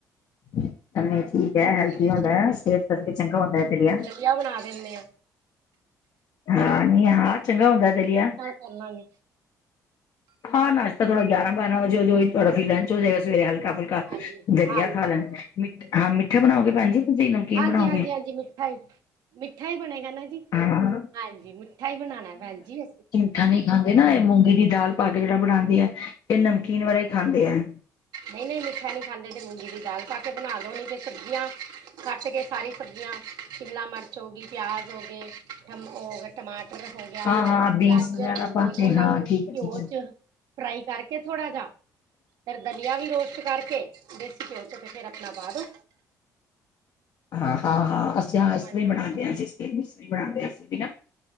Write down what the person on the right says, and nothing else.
ਮੈਂ
ਵੀਆ ਬਣਾ ਦੇਨੀ ਆਂ।
ਓਨਾਂ ਗੇ
ਹਾਂਜੀ
ਹਾਂਜੀ
ਹਾਂਜੀ
ਹਾਂਜੀ
ਹਾਂਜੀ ਹਾਂਜੀ ਹਾਂਜੀ ਮਿੱਠਾ ਹੀ ਮਿੱਠਾ ਈ ਬਣੇਗਾ ਨਾ ਜੀ,
ਹਾਂਜੀ ਮਿੱਠਾ ਈ ਬਣਾਣੈ ਭੈਣ ਜੀ।
ਨਂਈ-ਨਂਈ ਮਿੱਠਾ ਨੀ ਖਾਂਦੇ ਤੇ ਮੂੰਗੀ ਦੀ ਦਾਲ ਪਾ ਕੇ ਬਣਾ ਦੋਣੀ ਤੇ ਸਬਜ਼ੀਆਂ ਕੱਟ ਕੇ ਸਾਰੀ ਸਬਜ਼ੀਆਂ ਸ਼ਿਮਲਾ ਮਰਚ ਹੋ ਗਈ ਪਿਆਜ ਹੋ ਗਏ ਮ ਓ ਟਮਾਟਰ ਹੋ ਗੇਆ,
ਗਾਜਰ
ਹੋ ਗਈ
ਓਹਨਾਂ
ਨੂੰ
ਘਿਓ
ਚ ਫਰਾਈ ਕਰਕੇ ਥੋੜਾ ਜਾ ਦਲੀਆ ਵੀ ਰੋਸਟ ਕਰਕੇ, ਦੇਸੀ ਘਯੋ ਤੇ ਫੇਰ ਆਪਣਾ ਪਾ ਦੋ।
ਹਾਂਜੀ